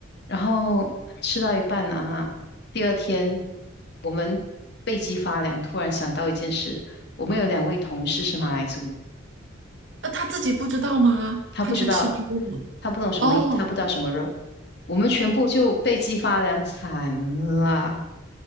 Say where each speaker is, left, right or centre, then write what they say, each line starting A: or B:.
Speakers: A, on the left; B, on the right.
A: 然后吃到一半啊，第二天我们背脊发凉，突然想到一件事，我们有两位同事是马来族，
B: 那他自己不知道吗？
A: 他不知道，
B: 他去吃猪肉
A: 他不懂什么，
B: 哦，
A: 他不知道什么肉，我们全部就背脊发凉，惨了，